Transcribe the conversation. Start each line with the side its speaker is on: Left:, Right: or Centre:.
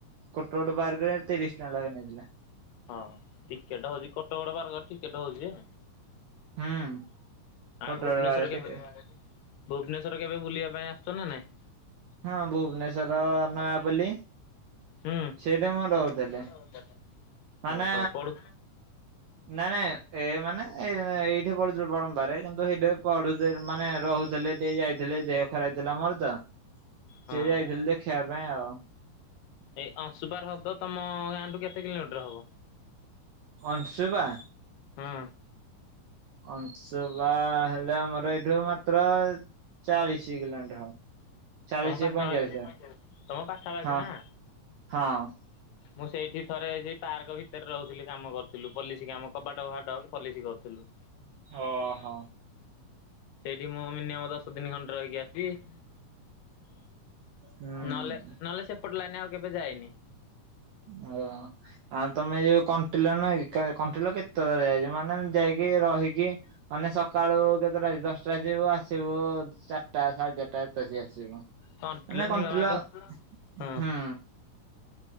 Right: କୋଟଗଡ଼ ପାର୍କରେ ତିରିଶ ଟଙ୍କା ଲେଖାଁ ନେଇଥିଲା।
Left: ହଁ ଟିକେଟ ହଉଛି, କୋଟଗଡ଼ ପାର୍କରେ ଟିକେଟ ହଉଛି ଯେ
Right: ହୁଁ।
Left: ଆଉ
Right: କୋଟଗଡ
Left: ଭୁବନେଶ୍ଵର
Right: ପାର୍କ
Left: କେବେ,
Right: ଟିକେ
Left: ଭୁବନେଶ୍ଵର କେବେ ବୁଲିବା ପାଇଁ ଆସୁଚ ନା ନାଇଁ?
Right: ହଁ ଭୁବନେଶ୍ଵର ନୟାପଲ୍ଲୀ
Left: ହୁଁ।
Right: ସେଇଠି ମୁଁ ରହୁଥିଲି ମାନେ
Left: ଓହୋ ପଢୁ
Right: ନାଇ ନାଇଁ, ଏଇ ମାନେ ଏଇ ଏଠି ପଢୁଥିଲି ବଳମ୍ବାରେ, କିନ୍ତୁ ସେଇଠି ପଢୁଥିଲେ ମାନେ ରହୁଥିଲେ ଟିକେ ଯାଇଥିଲି ଦେହ ଖରାପ ହେଇଥିଲା ମୋର ତ
Left: ହଁ।
Right: ସେଇ ଯାଇଥିଲି ଦେଖେଇବା ପାଇଁ ଆଉ।
Left: ଏଇ ଅଂଶୁପା ହ୍ରଦ ତମ ଗାଁଠୁ କେତେ କିଲୋମିଟର ହବ?
Right: ଅଂଶୁପା?
Left: ହଁ
Right: ଅଂଶୁପା ହେଲେ ଆମର ଏଇଠୁ ମାତ୍ର ଚାଳିଶ କିଲୋ ମିଟର ହବ। ଚାଳିଶ
Left: ତମ ପାଖା
Right: ପଇଁଚାଳିଶ
Left: ପାଖି ତମ ପାଖା ପାାଖି
Right: ହଁ
Left: ନା।
Right: ହଁ।
Left: ମୁଁ ସେଇଠି ଥରେ ସେଇ ପାର୍କ ଭିତରେ ରହୁଥିଲି କାମ କରୁଥିଲୁ ପଲିସିି କାମ କବାଟ ଫବାଡ ପଲିସିି କରୁଥିଲୁ।
Right: ଅ ହ।
Left: ସେଇଟି ମୁଁ ମିନିଅମ ଦଶ ଦିନି ଖଣ୍ଡେ ରହିକି ଆସିଚି।
Right: ହୁଁ
Left: ନଲେ ନଲେ ସେପଟ ଲାଇନି ଆଉ କେବେ ଯାଇନି।
Right: ଆଉ ଆଉ ତମେ ଯୋଉ କଣ୍ଟିଲ ନୁହଁ କି କଣ୍ଟିଲ କେତେ ତର ଯାଇଚି ମାନେ ଯାଇକି ରହିକି ମାନେ ସକାଳୁ କେତେଟା କି ଦଶଟା ଜିବୁ ଆସିବୁ ଚାଟା ସାଢ଼େ ଚାଟା ଏତେ ସି ଆସିବୁ। ମାନେ
Left: କଣ୍ଟିଲ ନୀଳମାଧବ
Right: କଣ୍ଟିଲ
Left: ହଁ।
Right: ହୁଁ।